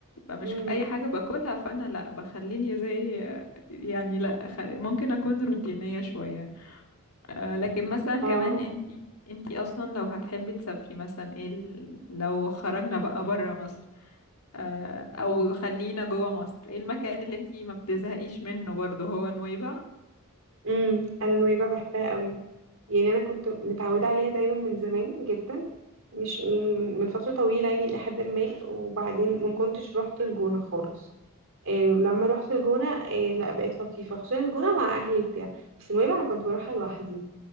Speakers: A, on the left; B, on the right.
A: فمش
B: امم
A: أي حاجة باكلها فأنا لا بخليني زي يعني لا خ- ممكن أكون روتينية شوية آه، لكن مثلا
B: اه
A: كمان أنتي أنتي أصلا لو هتحبي تسافري مثلا إيه ال- لو خرجنا بقى برا مصر آه، او خلينا جوه مصر ايه المكان اللي انتي ما بتزهقيش منه برضه هو نويبع
B: امم انا نويبع بحبها قوي يعني انا كنت متعوده عليها دايما من زمان جدا مش يعني من من فتره طويله يعني الى حد ما وبعدين ما كنتش رحت الجونه خالص إيه لما رحت الجونه إيه لا بقيت لطيفه خصوصا الجونه مع اهلي وبتاع بس نويبع انا كنت بروحها لوحدي